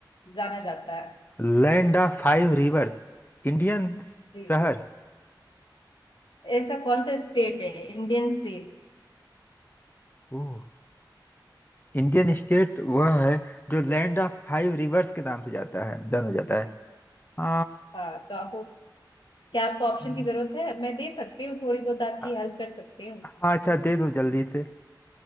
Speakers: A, on the left; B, on the left.
A: जाना जाता है
B: Land of five rivers Indian
A: जी
B: शहर
A: ऐसा कौन सा स्टेट है इंडियन स्टेट
B: ओह इंडियन स्टेट वह है जो लैंड ऑफ फाइव रिवर्स के नाम से जाता है जाना जाता है आ,
A: हाँ तो आपको क्या आपको ऑप्शन
B: हम्म,
A: की जरूरत है मैं दे सकती हूँ थोड़ी बहुत आपकी
B: आ-
A: हेल्प कर सकती हूँ
B: हाँ अच्छा दे दो जल्दी से